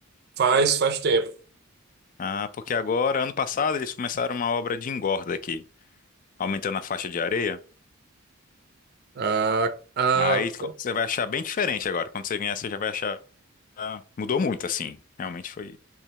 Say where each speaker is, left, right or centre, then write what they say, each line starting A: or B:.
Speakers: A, on the right; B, on the left.
A: Faz faz tempo.
B: Ah, porque agora, ano passado, eles começaram uma obra de engorda aqui, aumentando a faixa de areia.
A: Ah, ah.
B: Aí co- você vai achar bem diferente agora. Quando você vier, você já vai achar. ah, Mudou muito, assim. Realmente foi.